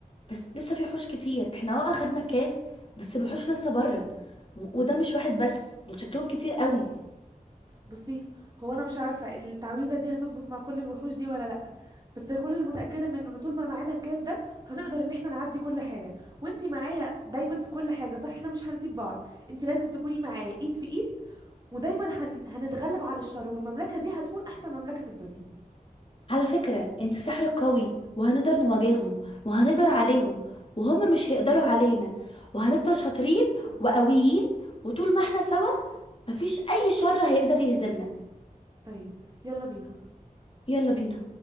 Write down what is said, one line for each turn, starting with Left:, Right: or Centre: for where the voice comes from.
Left: بس لسه في وحوش كتير احنا اه اخدنا الكاس بس الوحوش لسه بره و- وده مش واحد بس دول شكلهم كتير قوي
Right: بصي هو انا مش عارفه التعويذه دي هتظبط مع كل الوحوش دي ولا لا بس كل اللي متأكدة منه ان طول ما معانا الكاس ده هنقدر ان احنا نعدي كل حاجة وانتي معايا دايما في كل حاجة صح احنا مش هنسيب بعض انتي لازم تكوني معايا ايد في ايد ودايما هن... هنتغلب على الشر والمملكة دي هتكون احسن مملكة في الدنيا
Left: على فكرة انت سحرك قوي وهنقدر نواجههم وهنقدر عليهم وهم مش هيقدروا علينا وهنفضل شاطرين وقويين وطول ما احنا سوا مفيش اي شر هيقدر يهزمنا
Right: طيب يلا بينا
Left: يلا بينا